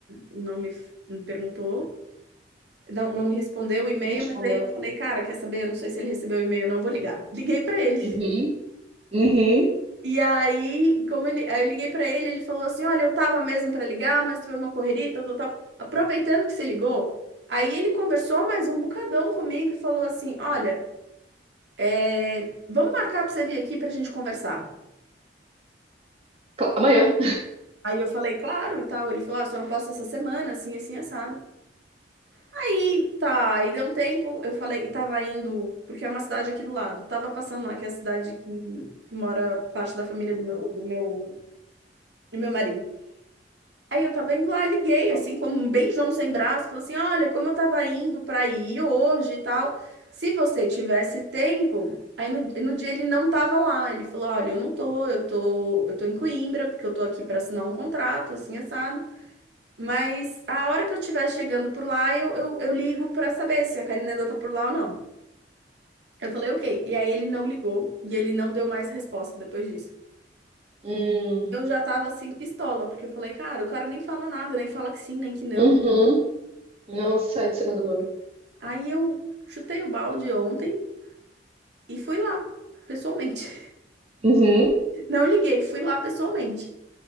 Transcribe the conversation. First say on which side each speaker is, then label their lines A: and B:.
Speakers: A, on the right; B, on the right.
A: não me, me perguntou, não, não me respondeu o e-mail,
B: Me respondeu.
A: mas daí eu falei, cara, quer saber? Eu não sei se ele recebeu o e-mail, ou não vou ligar. Liguei para ele.
B: Uhum. Uhum.
A: E aí, como ele, aí eu liguei para ele, ele falou assim, olha, eu tava mesmo para ligar, mas foi uma correria, e tal, tal, tal. Aproveitando que você ligou, aí ele conversou mais um bocadão comigo e falou assim, olha... É, Vamos marcar pra você vir aqui pra gente conversar.
B: Co- Amanhã.
A: Aí eu falei, claro e tal. Ele falou, ah, só não posso essa semana, assim, assim, assado. Aí, tá, aí deu um tempo, eu falei, e tava indo, porque é uma cidade aqui do lado. Tava passando lá, que é a cidade que, que mora parte da família do meu, do meu, do meu marido. Aí eu tava indo lá, liguei, assim, como bem João sem braço, falei assim: olha, como eu tava indo pra ir hoje e tal, se você tivesse tempo. Aí no, no dia ele não tava lá, ele falou: olha, eu não tô, eu tô, eu tô em Coimbra, porque eu tô aqui pra assinar um contrato, assim, assado. Mas a hora que eu estiver chegando por lá, eu, eu, eu ligo pra saber se a Karina ainda tá por lá ou não. Eu falei: ok. E aí ele não ligou, e ele não deu mais resposta depois disso.
B: Hum.
A: Eu já tava assim, pistola, porque eu falei, cara, o cara nem fala nada, nem fala que sim, nem que não.
B: Uhum. Não sai de cima do muro.
A: Aí eu chutei o balde ontem e fui lá, pessoalmente.
B: Uhum.
A: <laughs> Não liguei, fui lá pessoalmente.